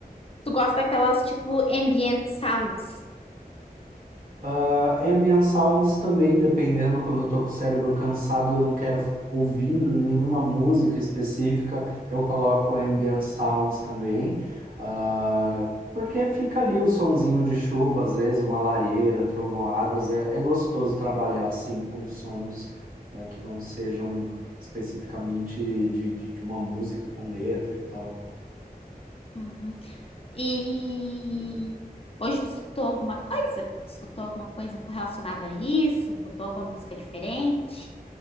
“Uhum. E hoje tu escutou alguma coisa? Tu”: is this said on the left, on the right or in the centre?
Left